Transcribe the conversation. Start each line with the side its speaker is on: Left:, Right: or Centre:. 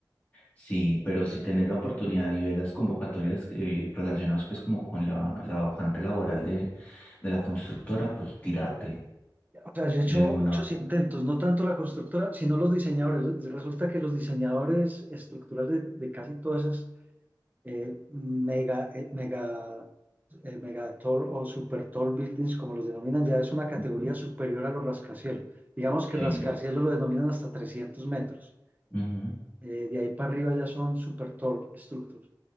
Left: Sí, pero si tenés la oportunidad y ves las convocatorias eh, relacionadas pues como con la, la vacante laboral de, de la constructora, pues tírate
Right: O sea, yo he hecho
Left: de una.
Right: muchos intentos, no tanto la constructora, sino los diseñadores. Resulta que los diseñadores estructurales de, de casi todas esas eh, mega, eh, mega, eh, mega o super tall buildings, como los denominan, ya es una categoría
Left: Ujú,
Right: superior a los rascacielos. Digamos que
Left: Sí.
Right: rascacielos lo denominan hasta 300 metros.
Left: Ujú,
Right: Eh, de ahí para arriba ya son super tall structures.